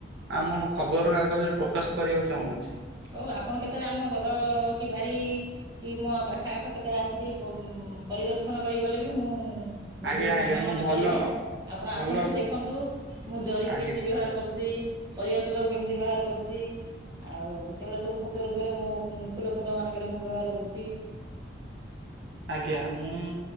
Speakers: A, on the right; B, on the right.
A: ଆମ ଖବର କାଗଜରେ ପ୍ରକାଶ କରିବାକୁ ଚାହୁଁଅଛି।
B: ହଉ ଆପଣ କେତେବେଳେ ଆମ ଘର କି ବାରି କି ମୋ ପାଖ ଆଖ କେତେବେଳେ ଆସିିକି ପଂ ପରିଦର୍ଶନ କରିଗଲେ ବି ମୁଁ ନିଜକୁ
A: ଆଜ୍ଞା
B: ଧନ୍ୟ
A: ଆଜ୍ଞା ମୁଁ
B: ମନେ
A: ଭଲ
B: କରିବି। ଆପଣ
A: ଭଲ
B: ଆସନ୍ତୁ ଦେଖନ୍ତୁ ମୁଁ ଜରିକି
A: ଆଜ୍ଞା
B: କେମିତି ବ୍ୟବହାର କରୁଛି। ପରିବା ଚୋପାକୁ କେମିତି ବ୍ୟବହାର କରୁଛି। ଆଉ ସେଗୁଡ଼ା ସବୁ ଖତ ରୂପରେ ମୋ ଫୁଲ କୁଣ୍ଡ ମାନଙ୍କରେ ମୁଁ ବ୍ୟବହାର କରୁଛି।
A: ଆଜ୍ଞା ମୁଁ